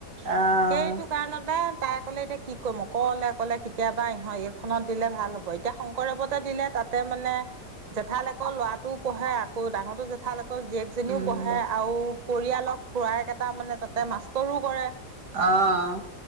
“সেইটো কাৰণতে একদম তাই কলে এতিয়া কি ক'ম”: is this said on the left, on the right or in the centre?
Right